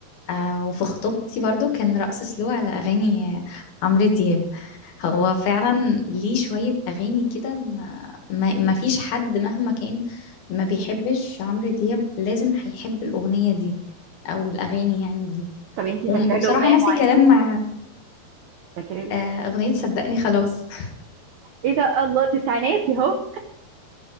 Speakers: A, on the left; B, on the right.
A: آه وفي خطوبتي برضو كان رقص سلو على اغاني عمرو دياب هو فعلا ليه شوية أغاني كده ما, ما, ما فيش حد مهما كان ما بيحبش عمرو دياب لازم هيحب الأغنية دي أو الأغاني يعني دي
B: طب انت
A: وم-
B: فاكره
A: وبصراحة
B: له اغنيه
A: نفس
B: معينه
A: الكلام مع
B: فاكره له
A: آه، أغنية صدقني خلاص <laughs>
B: ايه ده الله تسعينات يهو